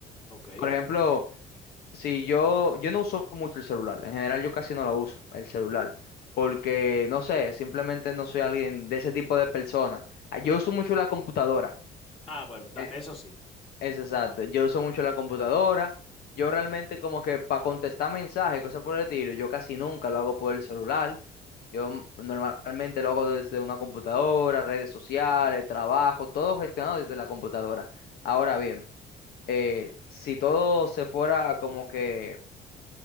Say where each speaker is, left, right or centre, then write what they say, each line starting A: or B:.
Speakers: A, on the left (about 35°); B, on the left (about 65°).
A: Ok.
B: Por ejemplo... Sí, yo, yo no uso mucho el celular. En general, yo casi no la uso, el celular. Porque, no sé, simplemente no soy alguien de ese tipo de persona. Ah, Yo uso mucho la computadora.
A: Ah, bueno, ta-
B: eh,
A: eso sí.
B: Es exacto. Yo uso mucho la computadora. Yo realmente como que para contestar mensajes, cosas por el estilo, yo casi nunca lo hago por el celular. Yo m- normalmente lo hago desde una computadora, redes sociales, trabajo, todo gestionado desde la computadora. Ahora bien, eh, si todo se fuera como que